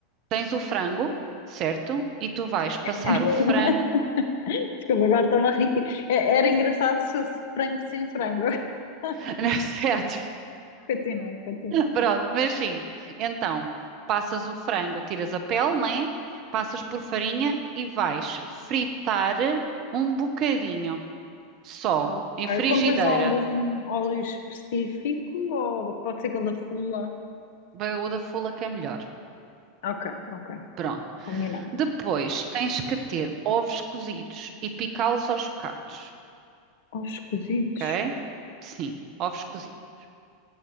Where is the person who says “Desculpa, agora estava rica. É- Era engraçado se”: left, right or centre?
Left